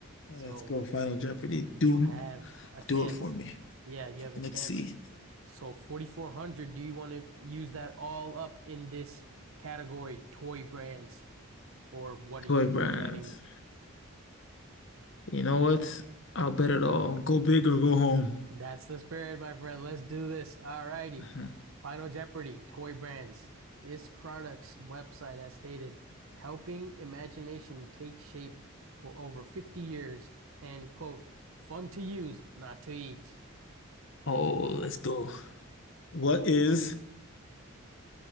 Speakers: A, on the left; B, on the right.
A: Let's
B: So
A: go Final Jeopardy. Do
B: you have a chance.
A: do it for me.
B: Yeah, you have a
A: Let's
B: chance.
A: see.
B: So 4,400, do you want to use that all up in this category, toy brands? Or what are
A: Toy
B: you
A: brands.
B: betting
A: You know what? I'll bet it all. Go big or go home.
B: That's
A: <laughs>
B: the spirit, my friend. Let's do this. All righty.
A: Mhm.
B: Final Jeopardy, toy brands. This product's website has stated helping imagination take shape for over 50 years and, quote, fun to use, not to eat.
A: Oh, let's go. What is